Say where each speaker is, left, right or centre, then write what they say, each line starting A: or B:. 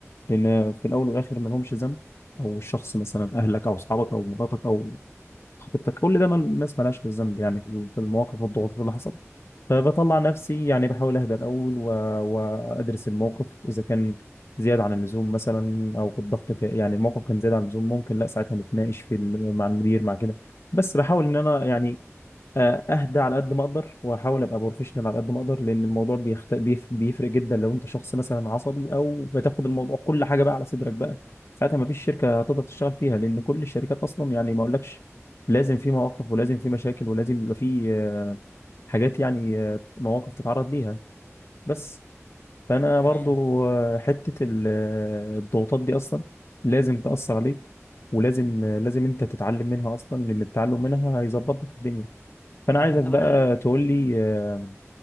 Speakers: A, on the left (about 60°); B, on the left (about 35°).
A: لأن في الأول والآخر ما لهمش ذنب أو الشخص مثلا أهلك أو أصحابك أو مراتك أو خطيبتك كل ده ما الناس ما لهاش ذنب يعني في في المواقف والضغوطات اللي حصلت فبطلع نفسي يعني بحاول أهدى الأول و... وأدرس الموقف إذا كان زيادة عن اللزوم مثلا أو كان الضغط ك- يعني الموقف كان زيادة عن اللزوم ممكن لا ساعتها نتناقش في ال- مع المدير مع كده بس بحاول إن أنا يعني آه، اهدى على قد ما اقدر واحاول ابقى بروفيشنال على قد ما اقدر لان الموضوع بيخت... بيف... بيفرق جدا لو انت شخص مثلا عصبي او بتاخد الموضوع كل حاجه بقى على صدرك بقى ساعتها ما فيش شركه هتقدر تشتغل فيها لان كل الشركات اصلا يعني ما اقولكش لازم في مواقف ولازم في مشاكل ولازم يبقى في آه، حاجات يعني آه، مواقف تتعرض ليها بس فانا
B: تمام
A: برضو آه، حته ال- آه، الضغوطات دي اصلا لازم تاثر عليك ولازم آه، لازم انت تتعلم منها اصلا لان التعلم منها هيظبط لك الدنيا فانا
B: تمام
A: عايزك
B: طب
A: بقى
B: انا عايز
A: تقول لي آه،